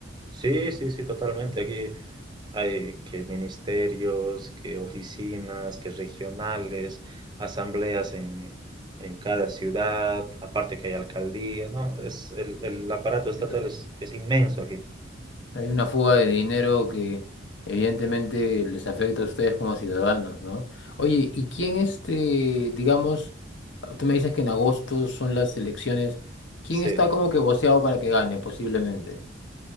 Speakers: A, on the right; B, on the left.
A: Sí, sí, sí, totalmente. Aquí hay que ministerios, que oficinas, que regionales, asambleas en, en cada ciudad, aparte que hay alcaldías, ¿no? Es, el, el aparato estatal
B: Entonces,
A: es, es inmenso aquí.
B: hay una fuga de dinero que evidentemente les afecta a ustedes como ciudadanos, ¿no? Oye, ¿y quién este, digamos, tú me dices que en agosto son las elecciones, ¿quién
A: Sí.
B: está como que voceado para que gane posiblemente?